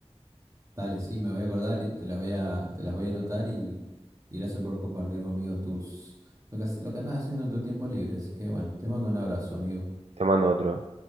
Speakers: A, on the right; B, on the right.
A: Dale, sí, me voy a acordar y te las voy a, te las voy a anotar y, y gracias por compartir conmigo tus, lo que, hace- lo que andas haciendo en tu tiempo libre. Así que bueno, te mando un abrazo, amigo.
B: Te mando otro.